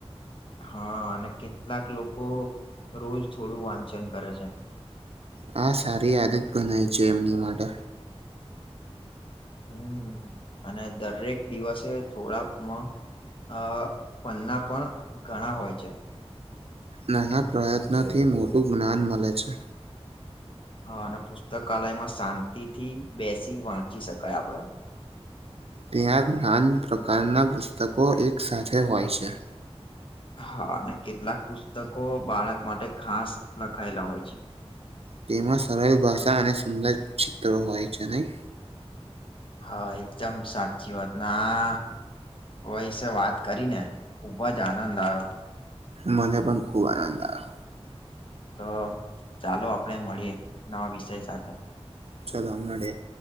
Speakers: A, on the left; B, on the right.
A: હા અને કેટલાક લોકો રોજ થોડું વાંચન કરે છે.
B: હા સારી આદત ગણાય છે એમની માટે.
A: હમ્મ અને દરેક દિવસે થોડા અ પન્ના પણ ઘણા હોય છે.
B: નાના પ્રયત્નોથી મોટું જ્ઞાન મળે છે.
A: હા અને પુસ્તકાલયમાં શાંતિથી બેસી વાંચી શકાય આપડે.
B: ત્યાં ગ્યાન પ્રકારના પુસ્તકો એક સાથે હોય છે.
A: હા અને કેટલાક પુસ્તકો બાળક માટે ખાસ લખાયેલા હોય છે.
B: તેમાં સરળ ભાષા અને સુંદર ચિત્ર હોય છે નહી.
A: હા એકદમ સાચી વાત ના ના. વયષ વાત કરી ને ખુબ જ આનંદ આવ્યો.
B: મને પણ ખુબ આનંદ આવ.
A: તો ચાલો આપડે મળીએ નવા વિષય સાથે.
B: ચાલો મળીએ.